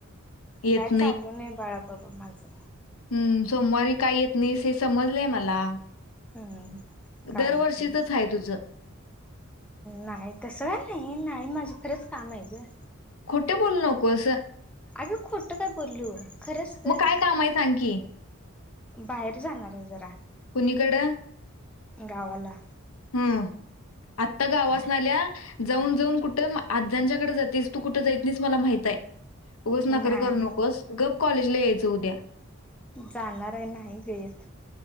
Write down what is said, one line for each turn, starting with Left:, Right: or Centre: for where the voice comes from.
Left: येत
Centre: काय चालू नाही बाळाबाबा माझं.
Left: हम्म सोमवारी का येत नाहीस हे समजलंय मला.
Centre: हम्म काय
Left: दरवर्षीचच
Centre: येत नाही
Left: आहे तुझं.
Centre: नाही तसं नाही नाही माझं खरंच काम आहे ग.
Left: खोटे बोलू नकोसं.
Centre: अगं खोटं काय बोलो खरंच तर.
Left: मग काय काम आहे सांग की.
Centre: बाहेर जाणार आहे जरा
Left: कुणीकडं
Centre: गावाला.
Left: हम्म आत्ता गावासन
Centre: आ
Left: आल्या. जाऊन जाऊन कुठं आजांच्याकडे जातेस तू कुठं जात नाहीस मला माहित आहे. उगच नकर
Centre: नाही
Left: करू नकोस गप कॉलेजला यायचं उद्या.
Centre: जाणार आहे नाही ग येत.